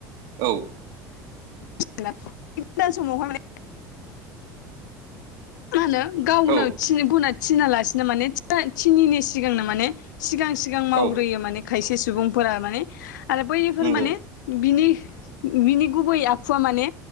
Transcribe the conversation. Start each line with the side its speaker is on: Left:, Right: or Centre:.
Right: औ
Left: गोदान समावहाय माने <unintelligible> मा होनो गावनो
Right: औ
Left: गुना थिना लासिनो माने थिनिनि सिगांनो माने सिगां सिगां मावग्रोयो
Right: औ
Left: माने खायसे सुबुंफोरा माने आरो बैफोर
Right: नंगौ
Left: माने बिनि बिनि गुबै आ- -खुवा माने